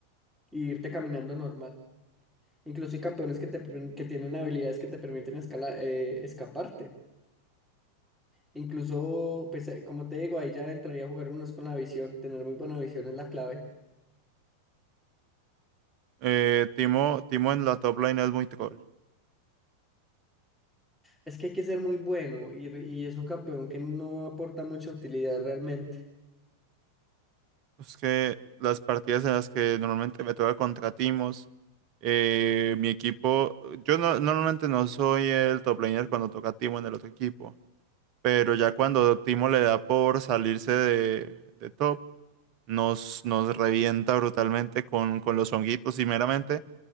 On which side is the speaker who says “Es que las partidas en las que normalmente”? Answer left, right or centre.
Right